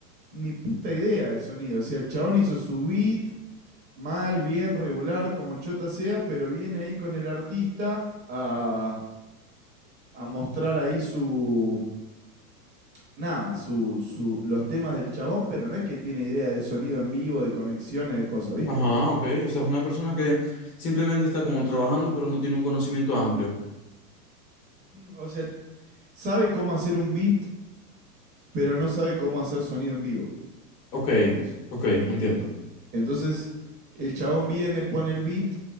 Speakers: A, on the right (about 20°); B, on the left (about 65°).
A: ni puta idea de sonido, o sea, el chabón hizo su beat, mal, bien, regular, como chota sea, pero viene ahí con el artista a, a mostrar ahí su, nada, su, su, los temas del chabón, pero no es que tiene idea de sonido en vivo, de conexiones, de cosas, ¿viste?
B: Ajá, ok. O sea, es una persona que simplemente está como trabajando, pero no tiene un conocimiento amplio.
A: O sea, sabe cómo hacer un beat, pero no sabe cómo hacer sonido en vivo,
B: Ok,
A: digamos.
B: ok, entiendo.
A: Entonces, el chabón viene, pone el beat